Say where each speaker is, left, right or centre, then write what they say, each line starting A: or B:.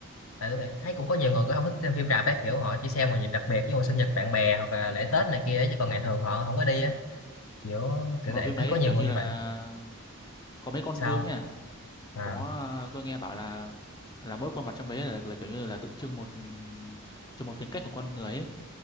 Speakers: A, on the left; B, on the left.
A: tại tôi thấy cũng có nhiều người cũng không thích xem phim rạp ấy kiểu họ chỉ xem vào dịp đặc biệt như sinh nhật bạn bè hoặc là lễ Tết này kia ấy, chứ còn
B: Ừ.
A: ngày thường họ không có đi á kiểu
B: mà
A: kiểu vậy
B: phim
A: thấy
B: đấy
A: có nhiều
B: kiểu
A: người
B: như
A: như
B: là
A: vậy
B: có mấy con
A: sao
B: vướng nha
A: à
B: có tôi nghe bảo là là mỗi con vật trong đấy là, là kiểu như là tượng trưng một ừm, cho một tính cách của con người ấy.